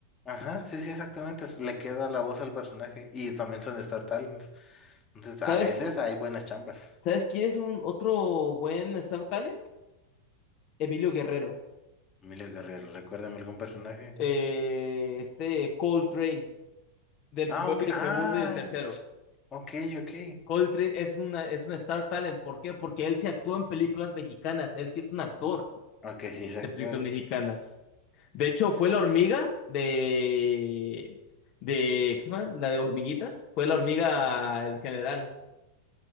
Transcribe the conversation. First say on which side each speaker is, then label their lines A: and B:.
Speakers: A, on the left; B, on the left.
A: Ajá, sí, sí, exactamente. es- Le queda la voz al personaje. Y también son Star Talents. Entonces,
B: ¿Sabes?
A: a veces hay buenas chambas.
B: ¿Sabes quién es un otro buen Star Talent? Emilio Guerrero.
A: Emilia Guerrero, recuérdame algún personaje.
B: Eh, este Coltrane, del
A: Ah,
B: primero
A: ok.
B: y el
A: Ah,
B: segundo y el tercero.
A: ok, ok.
B: Coltrane es una, es un Star Talent. ¿Por qué? Porque él se actuó en películas mexicanas. Él sí es un actor
A: Ok, sí, es actor.
B: de películas mexicanas. De hecho, fue la hormiga de, de, ¿cómo se llama? La de hormiguitas. Fue la hormiga, el general.